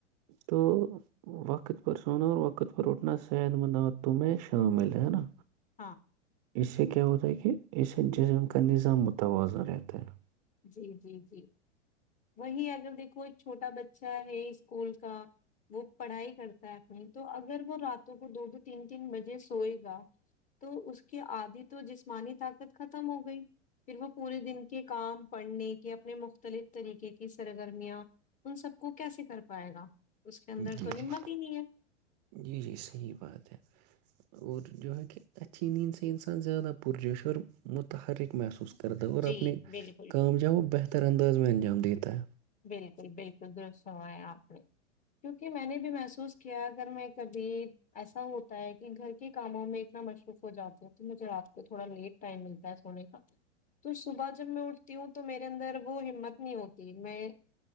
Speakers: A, on the right; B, on the left.
A: تو وقت پر سونا اور وقت پر اٹھنا صحت مند تمیں شامل ہے نا
B: ہاں
A: اس سے کیا ہوتا ہے کہ اس سے جسم کا نظام متوازن رہتا ہے <unintelligible>
B: جی جی جی وہی اگر دیکھو ایک چھوٹا بچہ ہے اسکول کا وہ پڑھائی کرتا ہے اپنی تو اگر وہ راتوں کو دو دو تین تین بجے سوئے گا تو اس کے آدھی تو جسمانی طاقت ختم ہو گئی پھر وہ پورے دن کے کام <unintelligible> پڑھنے کے اپنے مختلف طریقے کی سرگرمیاں ان سب کو کیسے کر پائے گا اس کے اندر
A: جی
B: تو
A: جی
B: ہمت ہی نہیں ہے
A: جی جی صحیح بات ہے اور جو ہے کہ اچھی نیند سے انسان زیادہ پرجش اور متحرک محسوس <unintelligible> کر دو اور
B: جی
A: اپنے
B: بالکل
A: کام جاؤ بہتر طر انداز میں انجام دیتا ہے
B: بالکل بالکل درست ہووائے آپ نے کیوںکہ میں نے بھی محسوس کیا اگر میں کبھی ایسا ہوتا ہے کہ گھر کے کاموں میں اتنا مصروف ہو جاتا ہوں تو مجھے رات کو تھوڑا لیٹ ٹائم ملتا ہے سونے کا تو صبح جب میں اٹھتی ہوں تو میرے اندر وہ ہمت نہیں ہوتی میں <unintelligible>